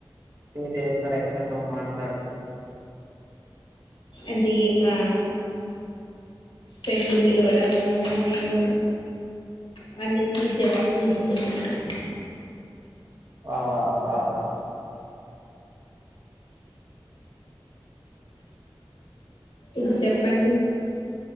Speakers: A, on the right; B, on the left.
A: మీదే కడ మాట్లాడుదు
B: అది మా ఫ్రెండ్ పిలవడం వల్ల నేను వాళ్ళకి జవాబు ఇస్తున్నాను
A: వా వా వా వా
B: ఇప్పుడు చెప్పండి